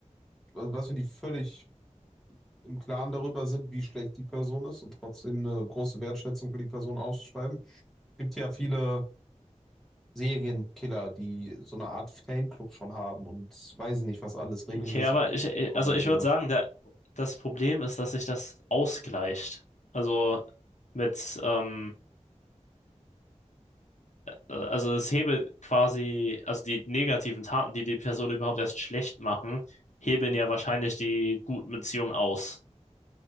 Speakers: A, in the centre; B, on the left.
A: also was, wenn die völlig im Klaren darüber sind, wie schlecht die Person ist und trotzdem eine große Wertschätzung für die Person ausschreiben. gibt ja viele Serienkiller, die so eine Art Fanclub schon haben und weiß ich nicht, was alles regelmäßig
B: Okay, aber
A: Punkte
B: ich,
A: bekommen
B: also
A: und
B: ich
A: sowas.
B: würde sagen, da, das Problem ist, dass sich das ausgleicht. Also mit, ähm, äh, also es hebelt quasi, also die negativen Taten, die die Person überhaupt erst schlecht machen, hebeln ja wahrscheinlich die guten Beziehungen aus.